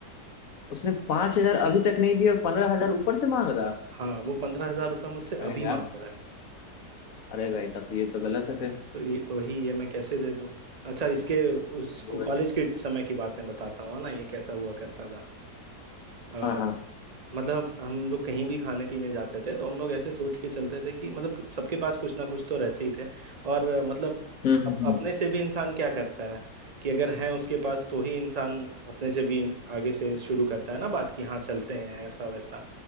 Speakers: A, on the left; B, on the right.
A: उसने पांच हजार अभी तक नहीं दी और पंद्रह हजार ऊपर से मांग रहा
B: हाँ वो पंद्रह हजार रुपये मुझसे
A: अरे
B: अभी
A: यार
B: मांग रहा है
A: अरे भाई तब तो ये तो गलत है फिर
B: तो ये वही ये मैं कैसे दे दूँ अच्छा इसके उस
A: जी
B: कॉलेज
A: भाई
B: के समय की बातें बताता हूँ ना ये कैसा हुआ करता था
A: हाँ हाँ
B: मतलब हम लोग कहीं भी खाने पीने जाते थे तो हम लोग ऐसे सोच के चलते थे कि मतलब कि सबके पास कुछ ना कुछ तो रहते ही थे और अ, मतलब
A: हम्म हम्म
B: अप-
A: हम्म,
B: अपने से भी इंसान क्या करता है कि अगर है उसके पास तो ही इंसान अपने से भी आगे से शुरू करता है ना बात कि हाँ चलते हैं ऐसा वैसा